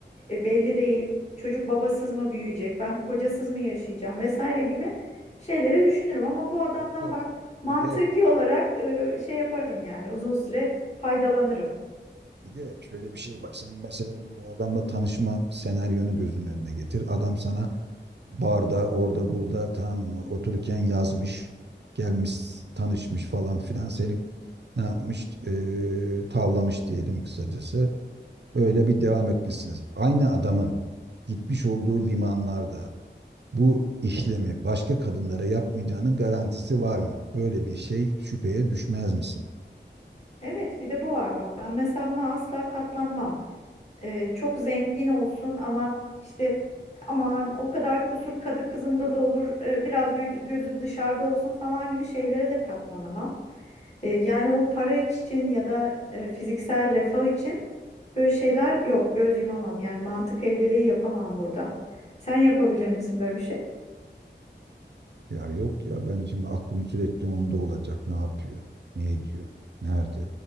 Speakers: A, on the left; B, on the right.
A: e, belli değil. Çocuk babasız mı büyüyecek, ben kocasız mı yaşayacağım vesaire gibi şeyleri düşünürüm. Ama bu adamdan
B: Evet,
A: bak mantıki
B: bir de
A: olarak e, şey yaparım yani uzun süre faydalanırım.
B: Bir de şöyle bir şey var. Sen mesela bu adamla tanışma senaryonu gözünün önüne getir. Adam sana barda, orada, burada tam otururken yazmış, gelmiş, tanışmış falan filan. Seni ne yapmış? Ee, tavlamış diyelim kısacası. Öyle bir devam etmişsiniz. Aynı adamın gitmiş olduğu limanlarda bu işlemi başka kadınlara yapmayacağının garantisi var mı? Böyle bir şey şüpheye düşmez misin?
A: Evet, bir de bu var bak ben mesela buna asla katlanmam. e, çok zengin olsun ama işte aman o kadar kusur kadı kızında da olur e, biraz gö- gözü dışarıda olsun falan gibi şeylere de katlanamam. E, yani o para için ya da e, fiziksel refah için böyle şeyler yok göz yumamam yani mantık evliliği yapamam burada. Sen yapabilir misin böyle bir şey?
B: Ya yok ya ben şimdi aklım sürekli onda olacak. Ne yapıyor? Ne ediyor? Nerede?